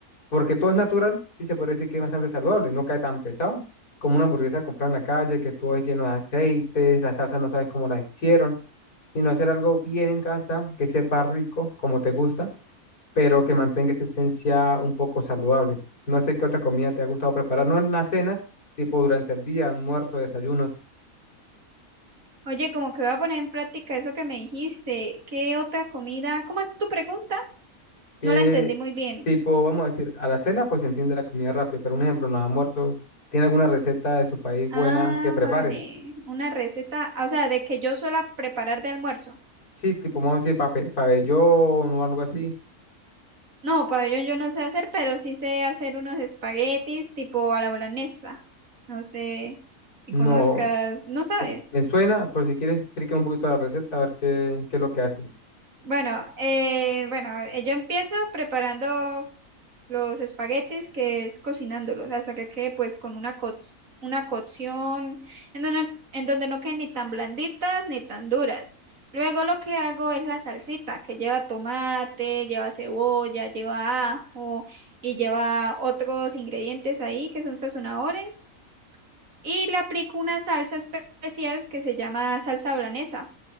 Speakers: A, on the left; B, on the right.
A: porque todo es natural, sí se puede decir que es bastante saludable, no cae tan pesado como una hamburguesa comprada en la calle, que todo es lleno de aceites, la salsa no sabes cómo la hicieron, sino hacer algo bien en casa, que sepa rico, como te gusta, pero que mantenga esa esencia un poco saludable. No sé qué otra comida te ha gustado preparar, no en las cenas, tipo durante el día, almuerzo, desayunos.
B: Oye, como que voy a poner en práctica eso que me dijiste. ¿Qué otra comida? ¿Cómo es tu pregunta?
A: qué
B: No la entendí muy bien.
A: tipo, vamos a decir, a la cena, pues se entiende la comida rápida, pero un ejemplo, en los almuerzos, ¿tiene alguna receta de su país buena
B: Ah,
A: que prepares?
B: vale. Una receta, ah, o sea, de que yo suela preparar de almuerzo.
A: Sí, tipo, vamos a decir, pape- pabellón o algo así.
B: No, pabellón yo no sé hacer, pero sí sé hacer unos espaguetis tipo a la boloñesa. No sé si
A: No,
B: conozcas, no sabes.
A: eh, me suena, pero si quieres, explícame un poquito la receta, a ver qué, qué es lo que haces.
B: Bueno, eh, bueno, eh, yo empiezo preparando los espaguetis, que es cocinándolos, hasta que quede pues con una, co- una cocción en donde, en donde no queden ni tan blanditas ni tan duras. Luego lo que hago es la salsita, que lleva tomate, lleva cebolla, lleva ajo y lleva otros ingredientes ahí que son sazonadores. Y le aplico una salsa especial que se llama salsa holandesa,